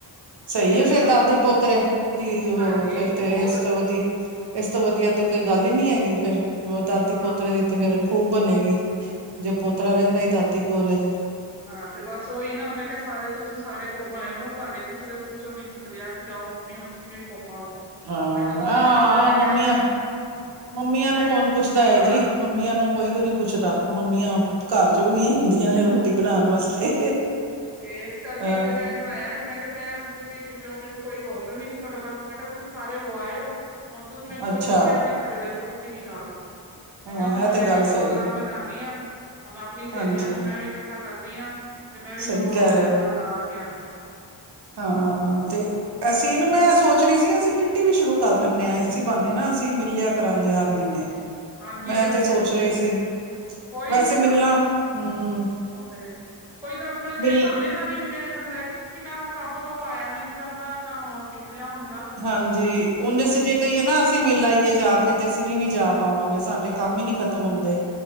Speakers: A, in the centre; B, on the right.
A: ਤੇ
B: ਸਹੀ
A: ਮੈਂ ਕਿਹਾ
B: ਏ ਫਿਰ
A: ਚਲੋ
B: ਦਾਦੇ ਪੋਤਰੇ ਦੀ ਉਹ
A: ਹਾਂਜੀ
B: ਫਿਰ ਤੇ
A: ਹੋਰ
B: ਇਸ ਤੋਂ ਵਧੀਆ ਇਸ ਤੋਂ ਵਧੀਆ ਤੇ ਕੋਈ ਗੱਲ ਈ ਨਹੀਂ ਹੈਗੀ ਫਿਰ ਹੋਰ ਦਾਦੀ
A: ਹਾਂ
B: ਪੋਤਰੇ
A: ਹਾਂ
B: ਦੀ ਤੇ ਫਿਰ। ਖੂਬ ਬਣੇਗੀ, ਜੇ ਪੋਤਰਾ
A: ਹਾਂ,
B: ਰਹਿੰਦਾ
A: ਤੇ
B: ਈ ਦਾਦੀ ਕੋਲ‌ ਏ।
A: ਹਾਂ ਤੇ ਬਸ ਉਹੀ ਨਾ ਮੈਂ ਕਿਹਾ ਸਾਰੇ ਤੁਸੀਂ ਸਾਰੇ ਘੁੰਮ ਆਏ ਓ ਤੁਹਾਡੇ ਕਿਸੇ ਦੇ ਮੂੰਹ ਚੋਂ ਨੀ ਲਿਆ ਕਿ ਜਾਓ ਮੰਮੀ ਹੁਣ ਤੁਸੀਂ ਵੀ ਘੁੰਮ ਆਓ।
B: ਹਾਂ
A: ਮੈਂ ਕਿਹਾ ਤੁਸੀਂ
B: ਆਹ
A: ਤੇ ਕਿਸੇ ਨੇ
B: ਆ ਮੰਮੀਆਂ,
A: ਕਹਿਣਾ ਨੀ
B: ਮੰਮੀਆਂ ਨੂੰ
A: ਮੈਂ
B: ਕੌਣ ਪੁੱਛਦਾ ਐ
A: ਹਾਂ
B: ਜੀ। ਮੰਮੀਆਂ ਨੂੰ ਕੋਈ ਕੋਈ ਨਹੀਂ ਪੁੱਛਦਾ ਮੰਮੀਆਂ ਘਰ ਜੋਗੀਆ ਈ ਹੁੰਦੀਆਂ ਨੇ ਰੋ ਰੋਟੀ ਬਣਾਉਣ ਵਾਸਤੇ,
A: ਤੇ ਇਸ ਕਰਕੇ
B: ਹਾਂ।
A: ਹੀ ਤੇ ਮੈਂ ਬਣਾਇਆ ਮੈਂ ਕਿਹਾ ਮੈਂ ਹੁਣ ਤੁਸੀਂ ਜੋ ਮੈਨੂੰ ਕੋਈ ਰੋਕ ਵੀ ਨਹੀਂ ਸਕਦਾ। ਮੈਂ ਕਿਹਾ ਤੁਸੀਂ ਸਾਰੇ ਹੋ ਆਏ ਓ। ਹੁਣ ਤੁਸੀਂ ਮੈਨੂੰ
B: ਅੱਛਾ
A: ਕੋਈ ਰੋ ਕਹਿ ਨਹੀਂ ਸਕਦੇ ਕਿ ਤੁਸੀਂ ਨਹੀਂ ਜਾਣਾ। ਮੈਂ
B: ਹਾਂ
A: ਕਿਹਾ ਹੁਣ
B: ਇਹ ਤੇ
A: ਮੈਂ
B: ਗੱਲ
A: ਵੀ ਪ੍ਰੋਗਰਾਮ
B: ਸਹੀ ਹੈ
A: ਬਣਾਉਂਦੀ ਆ। ਹੁਣ ਆਪਣੀ ਸਹੇਲੀਆਂ
B: ਹਾਂਜੀ
A: ਨੂੰ ਮੈਂ ਵੀ ਇਕੱਠਾ ਕਰ ਨੀਆ ਤੇ ਮੈਂ ਵੀ
B: ਸਹੀ
A: ਦੋ
B: ਕਹਿ ਰਹੇ
A: ਦਿਨ
B: ਹੋ
A: ਲਗਾ ਕੇ ਆਣੀ ਆ।
B: ਹਾਂ ਤੇ ਅਸੀਂ ਨਾ ਮੈਂ ਸੋਚ ਰੀ ਸੀ ਅਸੀਂ ਕਿੱਟੀ ਵੀ ਸ਼ੁਰੂ ਕਰ ਲੈਂਣੇ ਆ ਇਸੀ ਬਾਹਨੇ ਨਾ ਅਸੀਂ ਮਿਲਿਆ ਕਰਾਂਗੇ ਹਰ ਮਹੀਨੇ।
A: ਹਾਂਜੀ
B: ਮੈਂ
A: ਆਹ ਤੇ
B: ਸੋਚ
A: ਹੈ ਈ
B: ਰਹੀ
A: ਆ
B: ਸੀ
A: ਮੈਂ, ਕੋਈ
B: ਵੈਸੇ
A: ਨੀ, ਹਾਂ।
B: ਮਿਲਣਾ ਹਮ
A: ਉਹ ਤੇ, ਕੋਈ ਗਮ ਇਹ
B: ਮਿਲ
A: ਬਹਾਨੇ ਨਾਲ ਈ ਮਿਲਿਆ ਜਾਂਦਾ ਐ ਜੀ। ਇਨਾਂ ਨੂੰ ਕੰਮ ਤੋਂ ਆਇਆ ਵੀ ਨੀ ਜਾਂਦਾ ਨਾ ਉਹ ਮਿਲਿਆ ਹੁਨ
B: ਹਾਂਜੀ ਉਂਝ ਅਸੀਂ ਜੇ ਕਹੀਏ ਨਾ ਅਸੀਂ ਮਿਲ ਆਈਏ ਜਾ ਕੇ ਤੇ ਅਸੀਂ ਨੇ ਨੀ ਜਾ ਪਾਵਾਂਗੇ ਸਾਡੇ ਕੰਮ
A: ਹਾਂਜੀ
B: ਈ ਨੀ ਖਤਮ ਹੁੰਦੇ